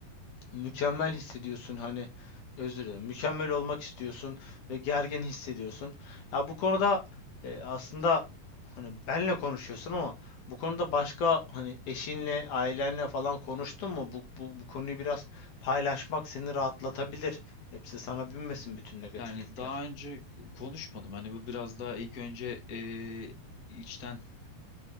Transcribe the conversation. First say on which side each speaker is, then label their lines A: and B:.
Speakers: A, on the left; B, on the left.
A: mükemmel hissediyorsun hani özür dilerim mükemmel olmak istiyorsun ve gergin hissediyorsun. Ya bu konuda e, aslında hani benle konuşuyorsun ama bu konuda başka hani eşinle, ailenle falan konuştun mu? Bu, bu, bu konuyu biraz paylaşmak seni rahatlatabilir. Hepsi sana binmesin bütün negatiflikler.
B: Yani daha önce konuşmadım. Hani bu biraz daha ilk önce eee, içten